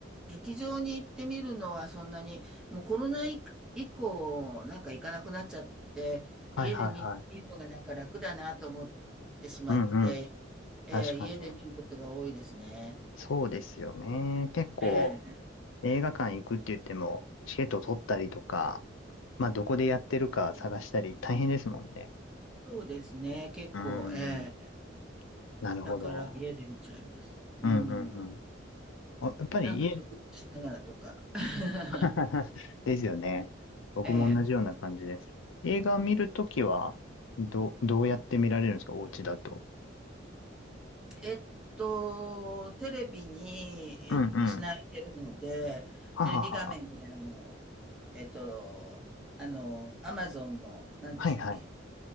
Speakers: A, in the centre; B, on the left (about 80°).
A: ー、劇場に行ってみるのはそんなに、もうコロナ以以降、なんか行かなくなっちゃって、
B: はいはいはい。
A: 家で見、見るのがなんか楽だなと思ってしまって、
B: うんうん。
A: ええ、
B: 確かにね。
A: 家で見ることが多いですね。
B: そうですよね。結構
A: ええ。
B: 映画館行くって言っても、チケットを取ったりとか、まあどこでやってるか探したり大変ですもんね。
A: そうですね。結構、
B: うーん。
A: ええ。
B: なるほど。
A: だから家で見ちゃいます。うん。
B: うんうんうん。おやっぱり家、
A: なんか食事しながらとか。<laughs>
B: <laughs> ですよね。僕も同じような感じです。
A: ええ。
B: 映画見るときは、ど、どうやって見られるんですかお家だと。
A: えっと、テレビに、え、
B: うんうん。
A: つないでるので、
B: はははは。
A: テレビ画面にあの、えっと、あの、アマゾンの、何でしたっけ
B: はいはい。